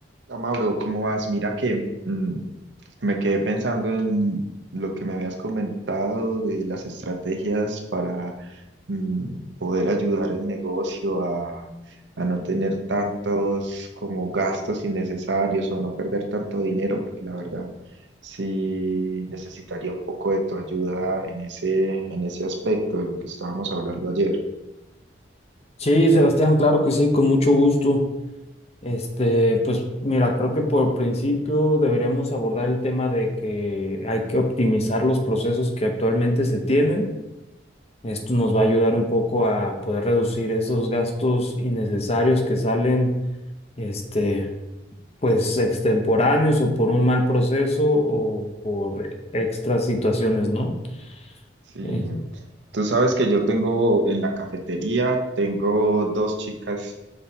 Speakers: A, on the right; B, on the left.
A: Hola, Mauro, ¿cómo vas? Mira que mm, me quedé pensando en lo que me habías comentado de las estrategias para mm, poder ayudar el negocio a, a no tener tantos como gastos innecesarios o a no perder tanto dinero, porque la verdad sí necesitaría un poco de tu ayuda en ese, en ese aspecto de lo que estábamos hablando ayer.
B: Sí, Sebastián, claro que sí, con mucho gusto. Este, pues mira, creo que por principio deberíamos abordar el tema de que hay que optimizar los procesos que actualmente se tienen. Esto nos va a ayudar un poco a poder reducir esos gastos innecesarios que salen, este, pues extemporáneos o por un mal proceso o por extras situaciones, ¿no?
A: Sí,
B: Eh,
A: tú sabes que yo tengo en la cafetería, tengo dos chicas